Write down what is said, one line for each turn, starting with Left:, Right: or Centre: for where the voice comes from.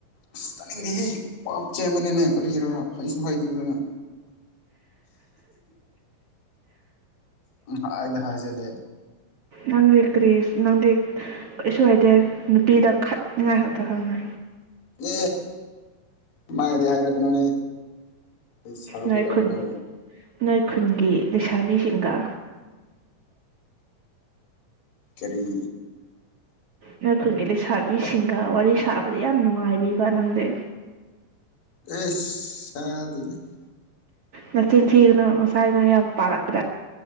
Left: ꯑꯁ ꯇꯥꯅꯤꯡꯗꯦ ꯍꯦ ꯄꯥꯞ ꯆꯦꯟꯕꯅꯤꯅꯦ ꯀꯔꯤꯔ ꯍꯩꯁꯨ ꯍꯩꯇꯗꯅ ꯄꯪ ꯍꯥꯏꯗ ꯍꯥꯏꯖꯜꯂꯦ
Right: ꯅꯪꯗꯤ ꯀꯔꯤ ꯅꯪꯗꯤ ꯀꯩꯁꯨ ꯍꯩꯇꯦ ꯅꯨꯄꯤꯗ ꯈꯠꯅꯤꯉꯥꯏ ꯈꯛꯇ ꯈꯪꯉꯦ
Left: ꯑꯦ ꯑꯗꯨꯃꯥꯏꯗꯤ ꯍꯥꯏꯔꯛꯀꯅꯨꯍꯦ ꯑꯩ ꯁꯥꯎꯒꯦ
Right: ꯅꯣꯏ
Left: ꯇꯧꯋꯦꯀꯣ
Right: ꯈꯨꯟ ꯅꯣꯏ ꯈꯨꯟꯒꯤ ꯂꯩꯁꯥꯕꯤꯁꯤꯡꯒ
Left: ꯀꯔꯤ
Right: ꯅꯣꯏ ꯈꯨꯟꯒꯤ ꯂꯩꯁꯥꯕꯤꯁꯤꯡꯒ ꯋꯥꯔꯤ ꯁꯥꯕꯗ ꯌꯥꯝ ꯅꯨꯡꯉꯥꯏꯕꯤꯕ ꯅꯪꯗꯤ
Left: ꯑꯦꯁ ꯁꯥꯗꯦꯗ
Right: ꯅꯆꯤꯟ ꯊꯤꯒꯅꯣ ꯉꯁꯥꯏꯅ ꯌꯥꯝ ꯄꯥꯔꯛ